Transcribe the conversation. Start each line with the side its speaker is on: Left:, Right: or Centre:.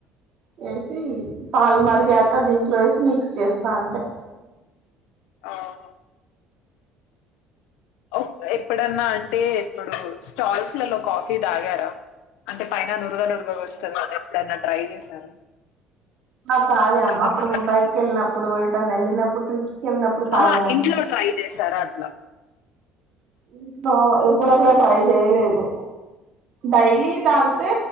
Right: వేసి పాలు మరిగాక దీంట్లో వేసి మిక్స్ చేస్తా అంతే
Left: ఆవును ఒ ఎప్పుడన్న అంటే ఇప్పుడు స్టాల్స్ లలో కాఫీ తాగారా అంటే పైన నురుగ నురుగగా వస్తుందని ఎప్పుడైనా ట్రై చేసారా
Right: మ తాగ
Left: అట్లా
Right: అమ్మ
Left: నురగ-
Right: అప్పుడు బయటికి వెళ్ళినప్పుడు ఎటన్న వెళ్ళినప్పుడు ట్రిప్స్ కి వెళ్ళినప్పుడు తాగాము
Left: ఆహ ఇంట్లో ట్రై చేసారు అట్లా
Right: ఇంట్లో ఎప్పుడు అట్లా ట్రై చేయలేదు డైలీ తాగితే